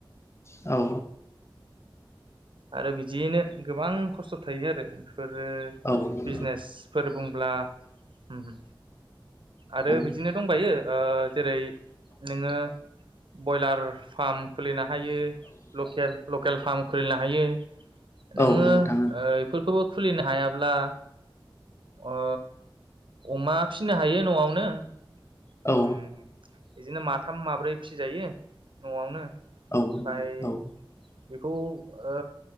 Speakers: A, on the left; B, on the right.
A: औ
B: आरो बिदियैनो गोबां खस्थ' थायो आरो। बेफोरो
A: औ दङ
B: बिजनेसफोर बुंब्ला होम हो आरो
A: औ
B: बिदिनो दंबाययो ओ जेरै नोङो ब्रयलार फार्म खुलिना हायो लकेल‌ -लकेल फार्म खुलिनो हायो। नोङो
A: औ नोंथां
B: ओ इफोरखौबो खुलिनो हायाब्ला ओ अमा ओ फिसिनो हायो न'आवनो
A: औ
B: उम बिदिनो माथाम माब्रै फिसिजायो न'आवनो
A: औ
B: ओमफाय
A: औ
B: बेखौ ओ